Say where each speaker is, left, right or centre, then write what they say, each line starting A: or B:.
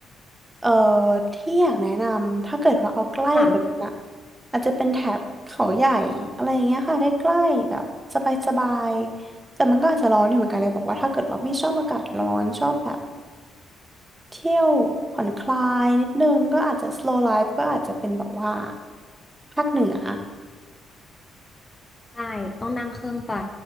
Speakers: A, on the right; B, on the left.
A: เอ่อที่อยากแนะนำถ้าเกิดว่าเอาใกล้กว่านั้นอะ
B: ค่ะ
A: อาจจะเป็นแถบเขาใหญ่อะไรอย่างเงี้ยค่ะใกล้ๆแบบสบายๆแต่มันก็อาจจะร้อนอยู่เหมือนกันเลยบอกว่าถ้าเกิดว่าไม่ชอบอากาศร้อนชอบแบบเที่ยวผ่อนคลายนิดนึงก็อาจจะ slow life ก็อาจจะเป็นแบบว่าภาคเหนือ
B: ใช่ต้องนั่งเครื่องไป